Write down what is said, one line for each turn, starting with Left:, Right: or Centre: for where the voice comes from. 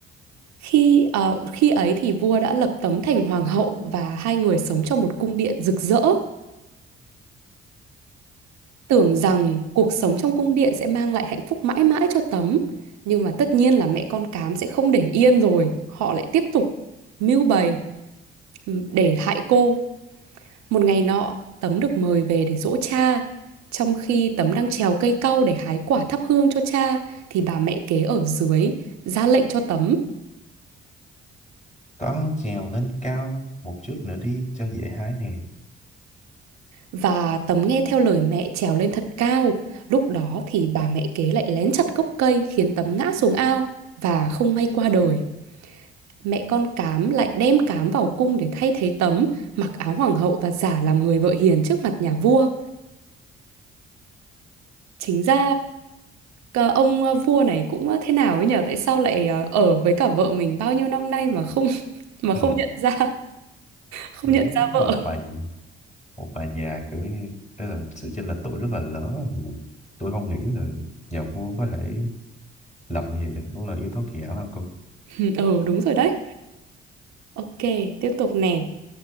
Right: Khi ờ, khi ấy thì vua đã lập tấm thành hoàng hậu và hai người sống trong một cung điện rực rỡ, tưởng rằng cuộc sống trong cung điện sẽ mang lại hạnh phúc mãi mãi cho tấm. Nhưng mà tất nhiên là mẹ con cám sẽ không để yên rồi, họ lại tiếp tục mưu bày để hại cô. Một ngày nọ, tấm được mời về để giỗ cha. Trong khi tấm đang trèo cây cau để hái quả thắp hương cho cha thì bà mẹ kế ở dưới ra lệnh cho tấm
Left: con trèo lên cao một chút nữa đi cho dễ hái nè
Right: Và Tấm nghe theo lời mẹ trèo lên thật cao. Lúc đó thì bà mẹ kế lại lén chặt gốc cây khiến Tấm ngã xuống ao và không may qua đời. Mẹ con Cám lại đem Cám vào cung để thay thế Tấm, mặc áo hoàng hậu và giả làm người vợ hiền trước mặt nhà vua. Chính ra ờ, ông ờ, vua này cũng ờ, thế nào ấy nhở? Tại sao lại ờ, ở với cả vợ mình bao nhiêu năm nay mà không <laughs> mà
Left: ừ.
Right: không nhận ra, không
Left: kiểu
Right: nhận ra vợ.
Left: một bà gì một bà già kiểu như tức là sự chênh lệch tuổi rất là lớn á. Ừ. tôi không nghĩ là nhà vua có thể lập như vậy được đúng là yếu tố kỳ ảo ha cô
Right: <laughs> Ừ, đúng rồi đấy. Ok, tiếp tục nè.